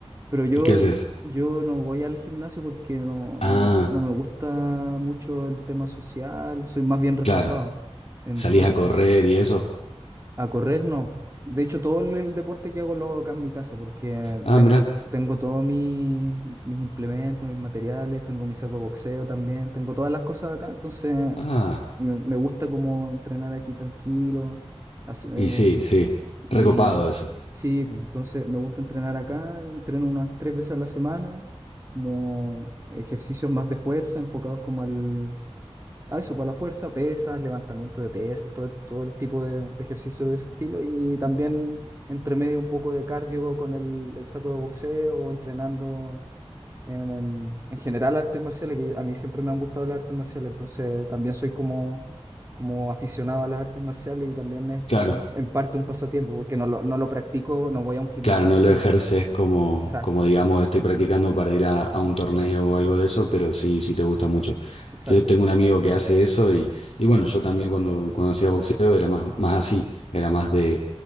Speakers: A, on the right; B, on the left.
A: Pero yo,
B: ¿Y qué haces?
A: yo no voy al gimnasio porque no,
B: Ah,
A: no, me no me gusta mucho el tema social, soy más bien reservado.
B: claro,
A: Entonces,
B: salís a correr y eso.
A: A correr no. De hecho, todo el, el deporte que hago lo hago acá en mi casa porque
B: Ah,
A: tengo,
B: mirá.
A: tengo todos mis, mis implementos, mis materiales, tengo mi saco de boxeo también, tengo todas las cosas acá, entonces
B: Ah,
A: me, me gusta como entrenar aquí tranquilo. hace-
B: y sí,
A: em,
B: sí, recopado
A: y
B: eso.
A: sí, pues, entonces me gusta entrenar acá, entreno unas tres veces a la semana, como ejercicios más de fuerza, enfocados como al, a eso, para la fuerza, pesas, levantamiento de pesas, todo, todo el tipo de, de ejercicio de ese estilo y también entre medio un poco de cardio con el, el saco de boxeo o entrenando en, en, en general artes marciales, que a mí siempre me han gustado las artes marciales, entonces también soy como, como aficionado a las artes marciales y también es
B: Claro,
A: como un- en parte un pasatiempo, porque no lo, no lo practico, no voy a un gimnasio,
B: claro, no lo
A: ni...
B: ejerces como,
A: Exacto,
B: como digamos, estoy practicando para ir a, a un torneo o algo de eso, pero sí, sí te gusta mucho.
A: exacto.
B: Yo tengo un amigo que hace eso y, y bueno, yo también cuando, cuando hacía boxeo era más, más así, era más de,